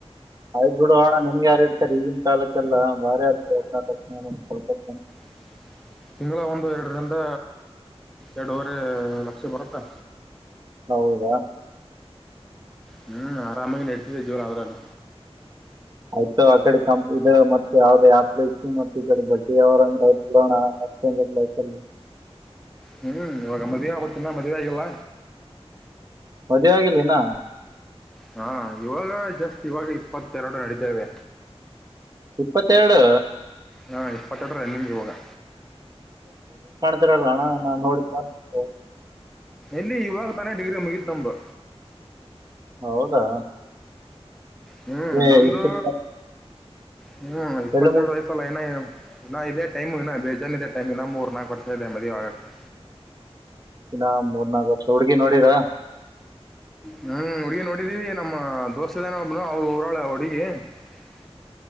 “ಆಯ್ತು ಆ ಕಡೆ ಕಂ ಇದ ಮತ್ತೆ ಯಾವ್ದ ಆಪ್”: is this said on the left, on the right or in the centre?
Right